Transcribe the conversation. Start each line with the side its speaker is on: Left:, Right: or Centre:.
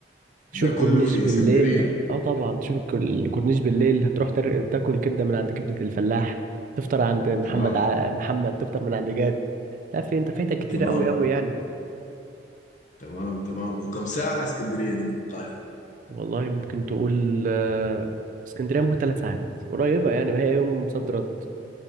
Right: تشوف
Left: ده كله
Right: الكورنيش
Left: في
Right: بالليل
Left: اسكندرية
Right: اه طبعا تشوف الك- الكورنيش بالليل هتروح تر... تاكل كبده من عند كبده الفلاح تفطر عند محمد
Left: تمام
Right: ع... محمد تفطر من عند جاد لا في انت فايتك كتير
Left: تمام
Right: قوي قوي يعني
Left: تمام تمام وكم ساعة اسكندرية دي من القاهرة
Right: والله ممكن تقول آه، اسكندريه ممكن ثلاث ساعات قريبه يعني ما هي يوم صد رد